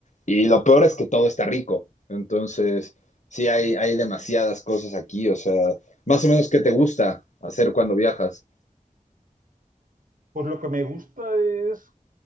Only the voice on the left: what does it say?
Y lo peor es que todo está rico. Entonces, sí, hay, hay demasiadas cosas aquí. O sea, más o menos, ¿qué te gusta hacer cuando viajas?